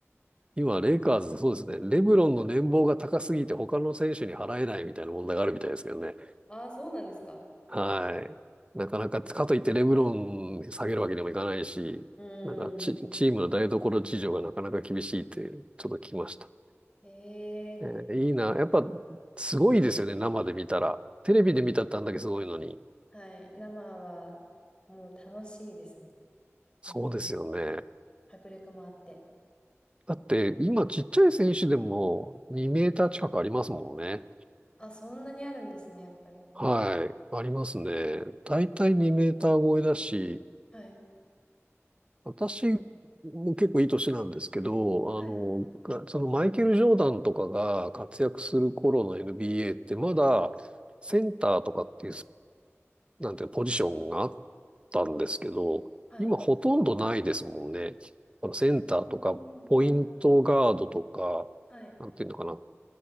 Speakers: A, on the right; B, on the left.
A: 今、レイカーズ、そうですね。レブロンの年俸が高すぎて他の選手に払えないみたいな問題があるみたいですけどね。
B: ああ、そうなんですか。
A: はい。なかなか、かといってレブロン下げるわけにもいかないし、
B: うーん。
A: なんかチ、チームの台所事情がなかなか厳しいっていう、ちょっと聞きました。
B: ええ
A: えーいいな。やっぱ、すごいですよね、生で見たら。テレビで見たってあんだけすごいのに。
B: はい。生は、もう楽しいですね。
A: そうですよね。
B: 本当に。迫力もあって。
A: だって、今ちっちゃい選手でも2メーター近くありますもんね。
B: あ、そんなにあるんですね、やっぱり。
A: はい。ありますね。だいたい2メーター超えだし、
B: はい。
A: 私も結構いい年なんですけど、
B: はい。
A: あの、そのマイケル・ジョーダンとかが活躍する頃の NBA ってまだセンターとかっていうなんていうのポジションがあったんですけど、
B: はい。
A: 今ほとんどないですもんね。あのセンターとか、
B: あーはい。
A: ポイントガードとか、
B: はい。
A: なんていうのかな。